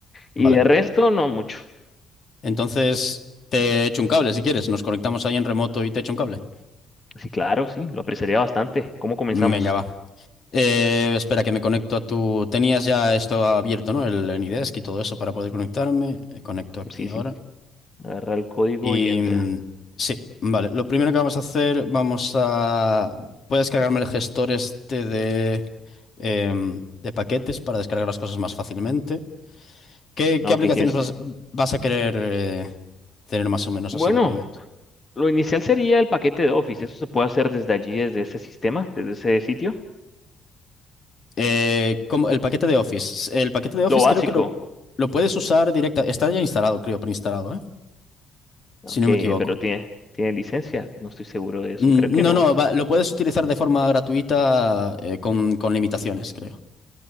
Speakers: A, on the left; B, on the left.
A: Vale.
B: Y el resto no mucho.
A: Entonces, te echo un cable si quieres. Nos conectamos ahí en remoto y te echo un cable.
B: Sí, claro, sí, lo apreciaría bastante. ¿Cómo comenzamos?
A: Venga, va. Eh, espera que me conecto a tu... Tenías ya esto abierto, ¿no? El, el Nidesk y todo eso para poder conectarme. Eh, conecto aquí
B: Sí,
A: ahora.
B: sí, agarra el código
A: Y
B: y entra.
A: mm, sí, vale. Lo primero que vamos a hacer, vamos a... Puedes cargarme el gestor este de, em, de paquetes para descargar las cosas más fácilmente. ¿Qué,
B: Ah,
A: qué
B: Ok,
A: aplicaciones
B: tienes.
A: vas, vas a querer eh, tener más o menos
B: Bueno,
A: así de primeras?
B: lo inicial sería el paquete de Office. Eso se puede hacer desde allí, desde ese sistema, desde ese sitio.
A: Eh, como el paquete de Office. El paquete de Office
B: Lo básico.
A: creo que lo, lo puedes usar directa. Está ya instalado, creo, preinstalado, ¿eh?
B: Ok,
A: Si no me equivoco.
B: pero tiene, tiene licencia. No estoy seguro de eso.
A: Mm,
B: Creo que
A: No,
B: no.
A: no, va- lo puedes utilizar de forma gratuita eh, con, con limitaciones, creo.